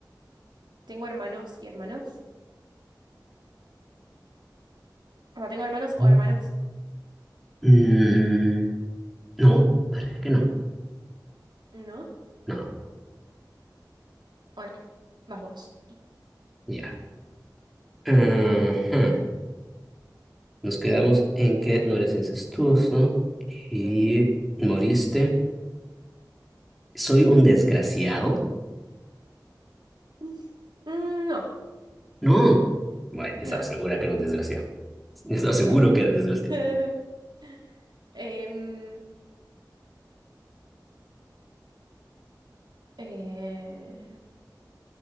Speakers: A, on the right; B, in the centre.
A: Tengo hermanos y hermanas. O sea, tengo hermanos o
B: Mm.
A: hermanas.
B: Mm, no, parece que no.
A: ¿No?
B: No.
A: Bueno, vas vos.
B: Ya. Ajá. Nos quedamos en que no eres incestuoso y
A: Mm,
B: moriste. ¿Soy un desgraciado?
A: mm. Mm, no,
B: No. Bueno, estaba
A: no.
B: segura que era un desgraciado. <laughs> Estaba seguro
A: Eh,
B: que era un desgraciado.
A: <laughs> em, Eh,